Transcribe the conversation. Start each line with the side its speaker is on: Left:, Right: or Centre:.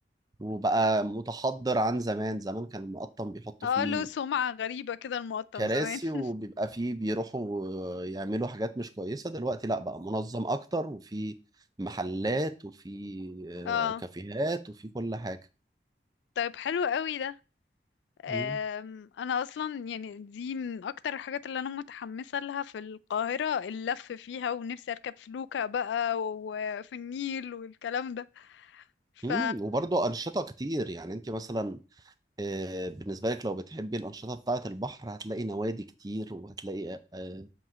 Right: وبقى متحضر عن زمان زمان كان المقطم بيحطوا
Left: اه
Right: فيه
Left: له سمعة غريبة كده المقطم
Right: كراسي
Left: زمان <laughs>
Right: وبيبقى فيه بيروحوا يعملوا حاجات مش كويسة دلوقتي لا بقى منظم أكتر وفي محلات وفي آه،
Left: اه
Right: كافيهات وفي كل حاجة
Left: طيب حلو قوي ده أم،
Right: مم.
Left: انا اصلا يعني دي من اكتر الحاجات اللي انا متحمسه لها في القاهره اللف فيها ونفسي اركب فلوكه بقى وفي النيل والكلام ده ف
Right: مم. وبرضه أنشطة كتير يعني أنت مثلا آه، بالنسبة لك لو بتحبي الأنشطة بتاعة البحر هتلاقي نوادي كتير وهتلاقي آه،